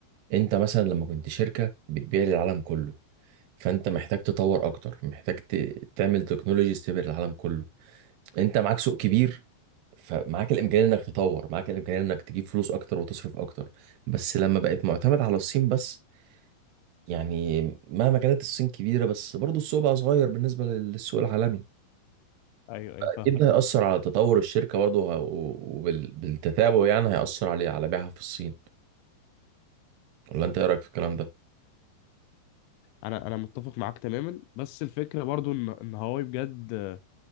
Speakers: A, on the right; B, on the left.
A: انت مثلا لما كنت شركة بتبيع للعالم كله فانت محتاج تطور اكتر محتاج ت- تعمل تكنولوجيز تبيع للعالم كله انت معاك سوق كبير فمعاك الامكانية انك تطور معاك الامكانية انك تجيب فلوس اكتر وتصرف اكتر بس لما بقت معتمد على الصين بس يعني مهما كانت الصين كبيرة بس برضه السوق بقى صغير بالنسبة للسوق العالمي
B: ايوه ايوه فاهمك
A: اكيد ده
B: طبعا.
A: هيأثر على تطور الشركة برضه وبالتتابع يعني هيأثر عليه على بيعها في الصين ولا انت ايه رايك في الكلام ده
B: انا انا متفق معاك تماما بس الفكره برضو ان ان هواوي بجد